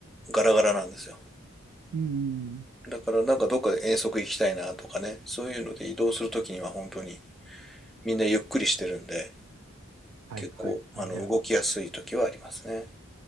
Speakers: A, in the centre; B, on the right.
A: ガラガラなんですよ。
B: うん。
A: だからなんかどっかで遠足行きたいなとかね、そういうので移動するときには本当にみんなゆっくりしてるんで、
B: はいはいはい。
A: 結構あの動きやすい時はありますね。
B: じゃあ